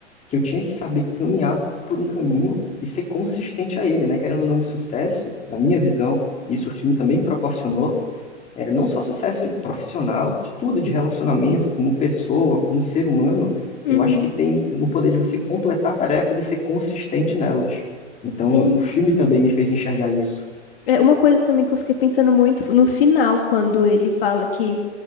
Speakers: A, on the left (about 20°); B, on the left (about 50°).
A: que eu tinha que saber caminhar por um caminho e ser consistente a ele, né? Querendo ou não, o sucesso, na minha visão, e isso o filme também proporcionou, é, não só sucesso profissional, de tudo, de relacionamento, como pessoa, como ser humano,
B: uhum.
A: eu acho que tem no poder de você completar tarefas e ser consistente nelas. Então,
B: Sim.
A: o filme também me fez enxergar isso.
B: É, uma coisa também que eu fiquei pensando muito no final, quando ele fala que